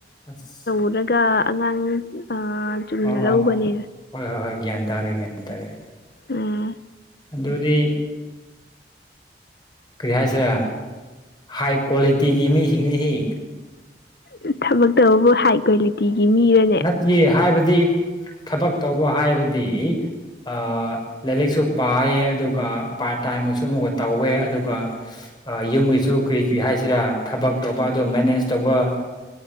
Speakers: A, on the left; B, on the left.
A: ꯑꯁ
B: ꯎꯔꯒ ꯑꯉꯥꯡ ꯑꯥ ꯆꯨꯝꯅ
A: ꯑꯣ
B: ꯂꯧꯕꯅꯦ
A: ꯑꯣ ꯍꯣꯏ ꯍꯣꯏ ꯍꯣꯏ ꯒꯌꯥꯟ ꯇꯥꯔꯦ ꯒ꯭ꯌꯥꯟ ꯇꯥꯔꯦ
B: ꯎꯝ
A: ꯑꯗꯨꯗꯤ ꯀꯔꯤ ꯍꯥꯏꯁꯤꯔ ꯍꯥꯏ ꯀ꯭ꯋꯥꯂꯤꯇꯤꯒꯤ ꯃꯤꯁꯤꯡꯅꯤ ꯍꯤ
B: ꯎꯝ ꯊꯕꯛꯛꯇꯧꯕꯨ ꯍꯥꯏ ꯀ꯭ꯋꯥꯂꯤꯇꯤꯒꯤ ꯃꯤꯔꯟ
A: ꯆꯦ ꯍꯥꯏꯕꯗꯤ ꯊꯕꯛ ꯇꯧꯕ ꯍꯥꯏꯕꯗꯤ ꯑꯥ ꯂꯥꯏꯂꯤꯛꯁꯨ ꯄꯥꯏꯌꯦ ꯑꯗꯨꯒ ꯄꯥꯔꯠ ꯇꯥꯏꯝ ꯑꯣꯏꯁꯨ ꯑꯃꯨꯛꯒ ꯇꯧꯋꯦ ꯑꯗꯨꯒ ꯑꯥ ꯌꯨꯝꯒꯤꯁꯨ ꯀꯔꯤ ꯀꯔꯤ ꯍꯥꯏꯁꯤꯔꯥ ꯊꯕꯛ ꯇꯧꯕ ꯑꯗꯨ ꯃꯦꯅꯦꯖ ꯇꯧꯕ